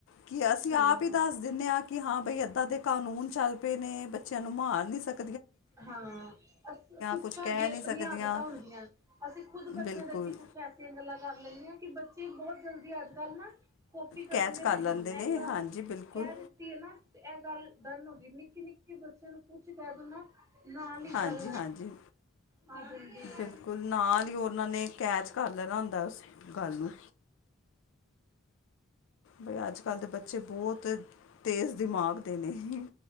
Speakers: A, on the left (about 65°); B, on the right (about 15°).
A: ਕਿ ਅਸੀਂ
B: ਹਾਂ
A: ਆਪ ਹੀ ਦੱਸ ਦਿੰਦੇ ਹਾਂ ਕਿ ਹਾਂ ਬਈ ਏਦਾਂ ਦੇ ਕਾਨੂੰਨ ਚੱਲ ਪਏ ਨੇ ਬੱਚਿਆਂ ਨੂੰ ਮਾਰ ਨਹੀਂੀ ਸਕ
B: ਹਾਂ ਅ ਕੁ
A: ਕੁਝ
B: ਸਾਡੀ
A: ਕਹਿ
B: ਆਪਣੀਆਂ
A: ਨਹੀਂ ਸਕਦੀਆਂ
B: ਆਦਤਾਂ ਹੁੰਦੀਆਂ ਹਨ ਅਸੀਂ ਖੁਦ ਬੱਚਿਆਂ
A: ਬਿਲਕੁਲ
B: ਅੱਗੇ ਕੁਛ ਐਸੀਆ ਗੱਲਾਂ ਕਰ ਲੈਨੇ ਆ ਕਿ ਬੱਚੇ ਬੋਤ ਜਲਦੀ ਅੱਜ ਕੱਲ ਨਾ ਕੋਪੀ ਕਰ
A: ਕੈਚ
B: ਦਿਨੇ ਵੀ
A: ਲੈਂਦੇ
B: ਹਾਂ
A: ਨੇ
B: ਐ ਗੱਲ
A: ਹਾਂਜੀ ਬਿਲਕੁਲ
B: ਕੈ ਦਿੱਤੀ ਏ ਨਾ, ਤੇ ਐ ਗੱਲ ਡਨ ਹੋਗੀ। ਕਿ ਨਿੱਕੇ-ਨਿੱਕੇ ਬੱਚਯਾ ਨੂੰ ਕੁੱਛ ਕੈ ਦੋ ਨਾ ਨਾਲ ਹੀ
A: ਹਾਂਜੀ,
B: ਗੱਲ
A: ਹਾਂਜੀ,
B: ਆ ਜਾਂਦੀ ਹੈ।
A: ਬਿਲਕੁਲ ਨਾਲ ਈ ਓਨਾਂ ਨੇ ਕੈਚ ਕਰ ਲੈਨਾ ਹੁੰਦੈ ਉਸੇ ਗੱਲ ਨੂੰ ਬਈ ਅੱਜ-ਕੱਲ ਦੇ ਬੱਚੇ ਬੋਤ ਤੇਜ਼ ਦਿਮਾਗ ਦੇ ਨੇ।